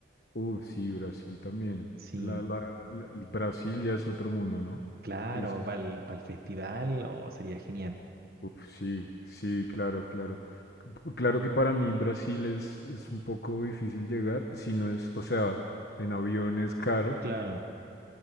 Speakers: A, on the left; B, on the right.
A: Uf, sí, Brasil también.
B: Sí,
A: La, la- la- el Brasil ya es otro mundo, ¿no?
B: claro,
A: Sí, sí.
B: para el, festival o sería genial.
A: Uf, sí, sí, claro, claro. C- Claro que para mí Brasil es, es un poco difícil llegar, si no es, o sea, en avión es caro
B: Claro,